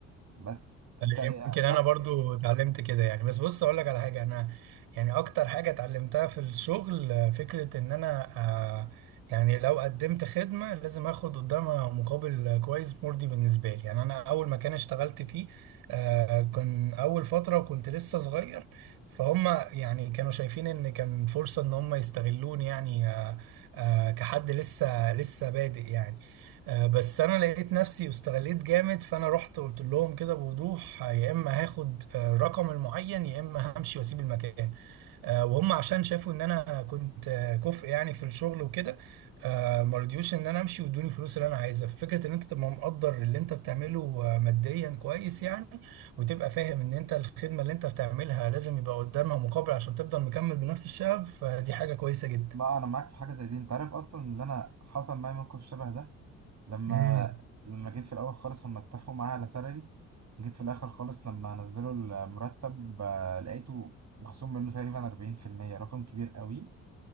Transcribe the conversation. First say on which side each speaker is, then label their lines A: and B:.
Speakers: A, on the right; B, on the right.
A: بس انت يا
B: يمكن انا
A: بت...
B: برضو اتعلمت كده يعني بس بص اقول لك على حاجه انا يعني اكتر حاجه اتعلمتها في الشغل آه، فكره ان انا آه، يعني لو قدمت خدمه لازم اخد قدامها مقابل آه، كويس مرضي بالنسبه لي يعني انا اول مكان اشتغلت فيه آه، كان اول فتره كنت لسه صغير فهم يعني كانوا شايفين ان كان فرصه ان هم يستغلوني يعني آه، آه، كحد لسه لسه بادئ يعني آه، بس انا لقيت نفسي واستغليت جامد فانا رحت قلت لهم كده بوضوح آه، يا اما هاخد آه، الرقم المعين يا اما همشي واسيب المكان آه، وهم عشان شافوا ان انا كنت آه، كفء يعني في الشغل وكده آه، ما رضيوش ان انا امشي وادوني الفلوس اللي انا عايزها ففكره ان انت تبقى مقدر اللي انت بتعمله آه، ماديا كويس يعني وتبقى فاهم ان انت الخدمه اللي انت بتعملها لازم يبقى قدامها مقابل عشان تفضل مكمل بنفس الشغف فدي حاجه كويسه جدا
A: ما انا معاك في حاجه زي دي انت عارف اصلا ان انا حصل معايا موقف شبه ده لما
B: امم
A: لما جيت في الاول خالص هم اتفقوا معايا على سالري جيت في الاخر خالص لما نزلوا المرتب آه، لقيته مخصوم منه تقريبا 40% رقم كبير قوي